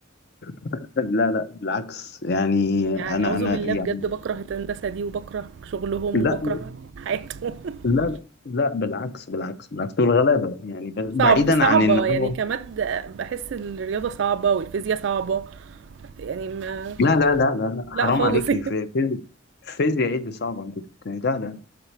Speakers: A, on the left; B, on the right.
A: <laughs> لا لا بالعكس يعني
B: يعني
A: انا
B: أعوذ
A: انا
B: بالله
A: يعني
B: بجد بكره الهندسة دي وبكره شغلهم
A: لا
B: وبكره حياتهم <laughs>
A: لا لا بالعكس بالعكس بالعكس دول غلابه يعني ب-
B: صعب
A: بعيدا
B: صعبة
A: عن ان هو
B: يعني كمادة بحس الرياضة صعبة والفيزياء صعبة يعني ما
A: لا لا لا لا لا
B: لا
A: حرام
B: خالص
A: عليكي
B: <laughs>
A: في في- فيزياء ايه اللي صعبه انت بتتكلمي؟ لا لا